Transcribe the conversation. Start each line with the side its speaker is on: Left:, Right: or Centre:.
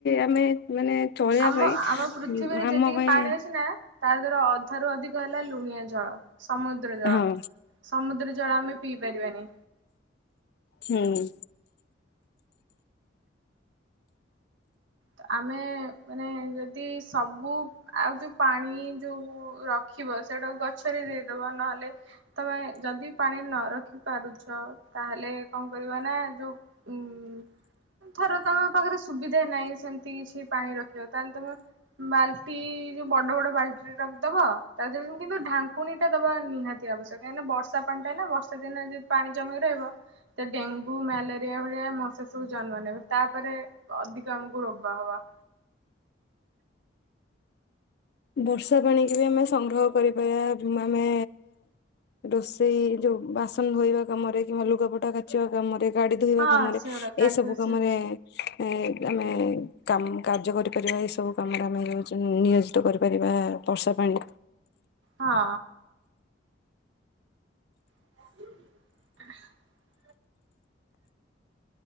Left: ଆମେ ମାନେ, ଚଳିବା
Right: ଆମ-ଆମ
Left: ପାଇଁ
Right: ପୃଥିବୀରେ ଯେତିକି
Left: ଆମ ପାଇଁ
Right: ପାଣି ଅଛି ନା ତା ଭିତରୁ ଅଧାରୁ ଅଧିକ ହେଲା ଲୁଣିଆ ଜଳ, ସମୁଦ୍ର ଜଳ-ସମୁଦ୍ର
Left: ହଁ
Right: ଜଳ ଆମେ ପିଇ ପାରିବାନି,
Left: ହୁଁ,
Right: ତ ଆମେ ମାନେ ଯଦି ସବୁ, ଆଉ ଯୋଉ ପାଣି ଯୋଉ ରଖିବ ସେଟା ଗଛରେ ଦେଇଦବ ନହେଲେ, ତମେ ଯଦି ପାଣି ନ ରଖିପାରୁଛ ତାହେଲେ କଣ କରିବା ନା ଯେଉଁ, ଉୁଁ ଥର ତମ ପାଖରେ ସୁବିଧା ନାହିଁ, ସେମିତି କିଛି ପାଣି ରଖିବ ତାହେଲେ ତମେ ବାଲ୍ଟି ଯୋଉ ବଡ଼ ବଡ଼ ବାଲ୍ଟି ରେ ରଖିଦବ, ତାହ କିନ୍ତୁ ଢାଙ୍କୁକୁଣି ଟା ଦବା ନିହାତି ଆବଶ୍ୟକ କାଁଇନା ବର୍ଷ ପାଣି ଟା ନା ବର୍ଷା ଦିନରେ ଯଦି ପାଣି ଜମି କି ରହିବ, ସେ ଡେଙ୍ଗୁ ମ୍ୟାଲେରିଆ ଭଳିଆ ମଶା ସବୁ ଜନ୍ମ ନେବେ ତାପରେ ଅଧିକ ଆମକୁ ରୋଗ କ ହବ,
Left: ବର୍ଷା ପାଣି କି ବି ଆମେ ସଂଗ୍ରହ କରିପାରିବା ଆମେ, ରୋଷେଇ ଯୋଉ ବାସନ ଧୋଇବା କାମରେ କିମ୍ବା ଲୁଗାପଟା କାଚିବା କାମ ରେ, ଗାଡ଼ି ଧୋଇବା
Right: ହଁ
Left: କାମରେ
Right: ସେଗୁଡା ଗାଡି
Left: ଏଇ ସବୁ
Right: ଧୁଆ
Left: କାମରେ,
Right: ସେ
Left: ଏ ଆମେ କାମ କାର୍ଯ୍ୟ କରିପାରିବା ଏଇ ସବୁ କାମରେ ଆମେ ନି ଜି <unintelligible> ତୋ କରିପାରିବା ବର୍ଷା ପାଣି,
Right: ହଁ, <inaudible>